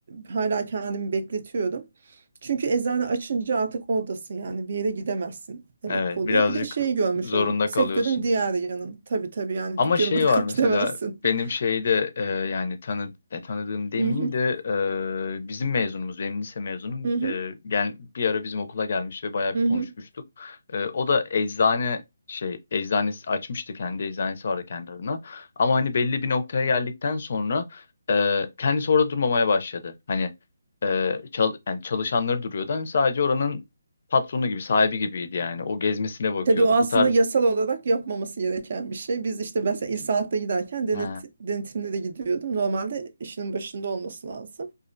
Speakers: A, on the right; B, on the left.
A: hala kendimi bekletiyorum. Çünkü eczane açınca artık oradasın yani bir yere gidemezsin demek
B: Evet,
A: oluyor.
B: birazcık
A: Bir de şeyi görmüş
B: zorunda
A: oldum. Sektörün
B: kalıyorsun.
A: diğer yanın. Tabii tabii yani
B: Ama
A: dükkanı
B: şey
A: bırakıp
B: var mesela
A: gidemezsin.
B: benim
A: <laughs>
B: şeyde e, yani tanı, e, tanıdığım demeyeyim
A: Mhm,
B: de e, bizim mezunumuz benim lise mezunum
A: mhm,
B: e, gel, bir ara bizim okula gelmiş ve bayağı
A: mhm.
B: bir konuşmuştuk. E, o da eczane şey eczanesi açmıştı kendi eczanesi vardı kendi adına. Ama hani belli bir noktaya geldikten sonra e, kendisi orada durmamaya başladı. Hani e, çal, yani çalışanları duruyordu hani sadece oranın patronu gibi sahibi gibiydi yani o gezmesine bakıyordu
A: Tabii o aslında
B: bu tarz.
A: yasal olarak yapmaması gereken bir şey. Biz işte ben mesela İSAHAK'ta giderken denet,
B: He.
A: denetimlere gidiyordum. Normalde işinin başında olması lazım.